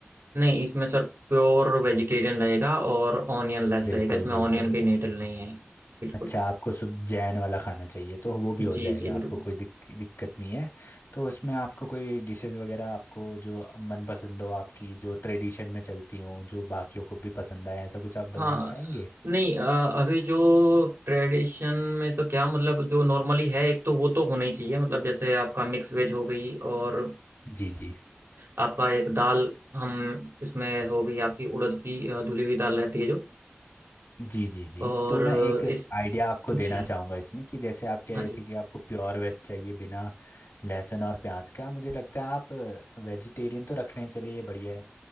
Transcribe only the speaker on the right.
नहीं इसमें सर प्योर वेजिटेरियन रहेगा और ऑनियन लेस
रहेगा इसमें
ऑनियन भी नहीं डलनी है बिल्कुल
जी
जी बिल्कुल
हाँ
नहीं अ, अभी जो ट्रेडिशन में तो क्या मतलब जो नॉर्मली है एक तो वो तो होना ही चाहिए मतलब जैसे आपका मिक्स वेज हो गई और
आपका एक दाल हम इसमें हो गई आपकी उड़द की अ, धुली हुई दाल रहती है जो
और
अ, इस
जी
हाँ
जी